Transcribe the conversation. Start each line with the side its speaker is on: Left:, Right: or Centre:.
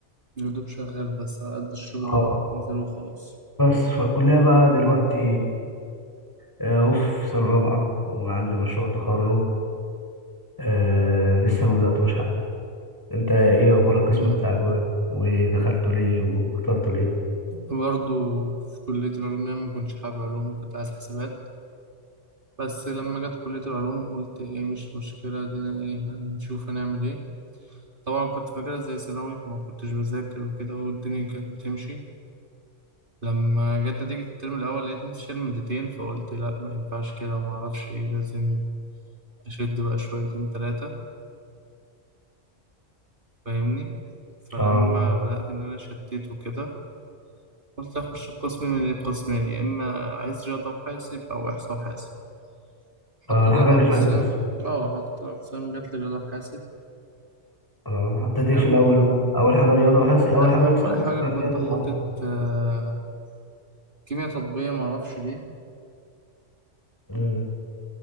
Right: يا دوب شغال بس على قد الشغل
Left: آه.
Right: اللي بتنزله وخلاص
Left: بس فالكلية بقى دلوقتي آه، أهو في سنة رابعة وعندي مشروع تخرج آه لسه ما بدأتوش حتى أنت إيه أخبار القسم
Right: امم
Left: بتاعك بقى ودخلته ليه واخترته ليه؟
Right: برضه في كلية العلوم يعني ما كنتش حابب علوم كنت عايز حسابات بس لما جت كلية العلوم قلت ايه مش مشكلة دينا ايه هنشوف هنعمل ايه طبعا كنت فاكرها زي ثانوي فما كنتش بذاكر وكده والدنيا كانت بتمشي لما جت نتيجة الترم الأول لقيت نفسي شايل مادتين فقلت لا ما ينفعش كده ما أعرفش إيه لازم أشد بقى شويتين تلاتة فاهمني فلما
Left: اه
Right: بدأت إن أنا شديت وكده قلت أخش قسم من القسمين يا إما عايز رياضة وحاسب أو إحصاء وحاسب حطيت
Left: اه الحاجة
Right: الأقسام
Left: اللي فعلا حاسب
Right: آه حطيت الأقسام جات لي رياضة وحاسب
Left: اه حطيت
Right: لم...
Left: ايه في الأول بقى؟ أول حاجة رياضة وحاسب أول
Right: لا
Left: حاجة
Right: أول
Left: إكسام
Right: حاجة
Left: حاسب بعد
Right: كنت
Left: كده رياضة
Right: حاطط
Left: وحاسب
Right: آه، كيمياء تطبيقية معرفش ليه
Left: أمم.